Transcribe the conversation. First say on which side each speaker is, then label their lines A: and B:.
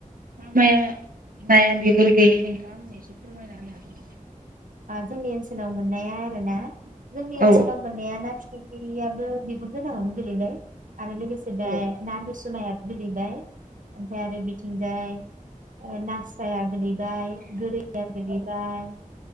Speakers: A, on the right; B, on the right.
A: मा माया नाया बिगुर गैयि? नोंथांआ एसे फोरमायना होनो हागोन नामा?
B: जोंनि ओनसोलाव मोननाया आरो ना। जोंनि ओनसोलाव
A: औ
B: मोननाया ना आबो बिगुर गोनांआवनो गोलैबाय। आरो लोगोसे बे
A: औ
B: ना दुसु मायाबो गोलैबाय ओमफाय आरो बिथिंजाय ओ नास्राइया गोलैब बाय गोरैया गोलैबाय
A: औ